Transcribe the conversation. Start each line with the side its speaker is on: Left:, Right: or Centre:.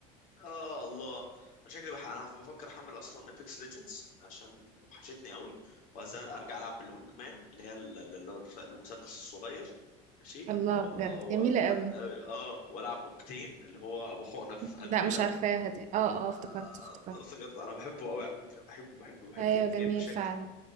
Left: اه الله انا شكلي بح... انا بفكر احمل اصلا ايبكس ليجندز عشان وحشتني قوي وعايز ارجع العب بالوينج مان اللي هي ال- ال- اللي هو الف- المسدس الصغير ماشي
Right: الله
Left: و...
Right: بجد
Left: و...
Right: جميلة
Left: و...
Right: قوي
Left: اه آه، والعب اوكتين اللي هو ابو حقنه في قلبه
Right: لا مش
Left: ده
Right: عارفاها دي اه اه
Left: آه،
Right: افتكرت افتكرت
Left: افتكرت انا بحبه قوي على فكره بحبه بحبه بحبه
Right: ايوه
Left: اوكتيل
Right: جميل
Left: بشكل
Right: فعلا